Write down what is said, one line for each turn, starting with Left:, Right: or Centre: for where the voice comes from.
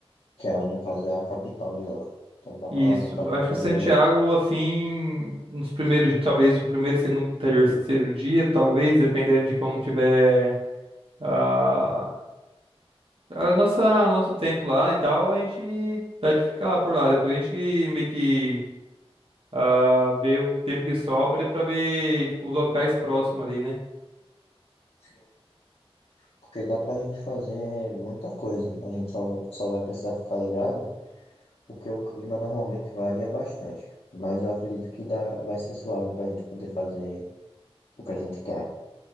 Left: Que é, no caso é a capital de lá. Então dá pra,
Right: Isso.
Left: dá pra
Right: Acho
Left: fazer.
Right: que Santiago, assim, nos primeiros, talvez no primeiro, segundo, terceiro dia, talvez, dependendo de como tiver a, a nossa, nosso tempo lá e tal, a gente dá de ficar por lá. Depois a gente meio que ah, vê o tempo que sobra pra ver, tipo, os locais próximos ali, né?
Left: Sim. Porque dá pra gente fazer muita coisa. A gente só, só vai precisar ficar ligado, porque o clima normalmente varia bastante. Mas eu acredito que dá, vai ser suave pra gente poder fazer o que a gente quer.